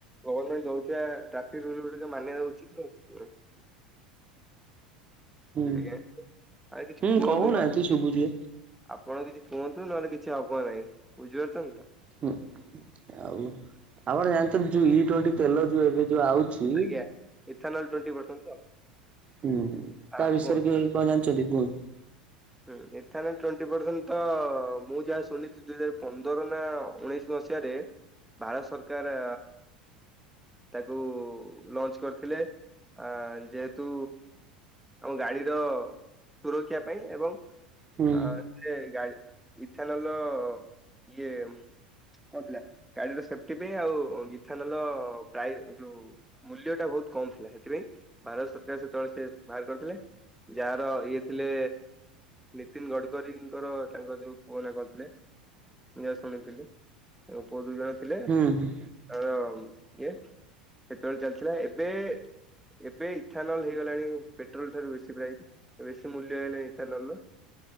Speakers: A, in the centre; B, on the right.
A: ଗଭର୍ନମେଣ୍ଟ ଦଉଥିବା ଟ୍ରାଫିକ ରୁଲକୁ ଟିକେ ମାନିବା ଉଚିତ୍ ନା ଉଚିତ୍ ନୁହଁ କି?
B: ହୁଁ
A: ଆଜ୍ଞା ଆରେ କିଛି
B: ହୁଁ
A: କୁହନ୍ତୁ
B: କହୁନାହାନ୍ତି
A: ନହେଲେ
B: ଶୁଭୁଛି
A: ଆପଣ କିଛି କୁହନ୍ତୁ ନହେଲେ କିଛି ହବ ନାହିଁ ବୁଝିପାରୁଛନ୍ତି ତ!
B: ହୁଁ ଆଉ ଆପଣ ଜାଣିଛନ୍ତି, ଯୋଉ ଇ ଟ୍ବେଣ୍ଟି ତେଲ ଯୋଉ ଏବେ ଯୋଉ ଆଉଛି!
A: ଆଜ୍ଞା ଇଥାନଲ ଟ୍ୱେଣ୍ଟି ପରସେଣ୍ଟ
B: ହୁଁ
A: ତ
B: ତା
A: ହଁ
B: ବିଷୟରେ
A: କୁହନ୍ତୁ।
B: କି କଣ ଜାଣିଛନ୍ତି କୁହନ୍ତ?
A: ହୁଁ ଏଥାନ, ଟ୍ବେଣ୍ଟି ପର୍ଯ୍ୟନ୍ତ ମୁଁ ଯାହା ଶୁଣିଛିି ଦୁଇ ହଜାର ପନ୍ଦର ନା ଉଣେଇଶ ମସିହାରେ ଭାରତ ସରକାର ତାକୁ ଲଞ୍ଚ କରିଥିଲେ ଆ ଯେହେତୁ ଆମ ଗାଡିର ସୁରକ୍ଷା ପାଇଁ ଏବଂ
B: ହୁଁ
A: ଆ ସେ ଗାଡି ଇଥାନେଲ ର ଇଏ କଣଥିଲା ଗାଡିର ସେଫଟି ପାଇଁ ଆଉ ଇଥାନେଲ ପ୍ରାୟ ଯୋଉ ମୂଲ୍ୟ ଟା ବହୁତ କମ ଥିଲା, ସେଥିପାଇଁ ଭାରତ ସରକାର ସେତେବେଳେ ସେ ବାହାର କରିଥିଲେ ଯାହାର ଇଏ ଥିଲେ, ନୀତିନ ଗଡକରୀଙ୍କର ତାଙ୍କର ଯୋଉ ପୁଅ ନା କଣ ଥିଲେ ମୁ ଯାହା ଶୁଣିଥିଲି ତାଙ୍କ ପୁଅ ଦୁଇ ଜଣ ଥିଲେ
B: ହୁଁ
A: ତାର ଆ ସେତେବେଳେ ଚାଲିଥିଲା ଏବେ ଏବେ ଇଥାନଲ ହେଇଗଲାଣି, ପେଟ୍ରୋଲ ଠାରୁ ବେଶୀ ପ୍ରାଇସ୍ ବେଶୀ ମୂଲ୍ୟ ହେଇଗଲାଣି ଇଥାନଲର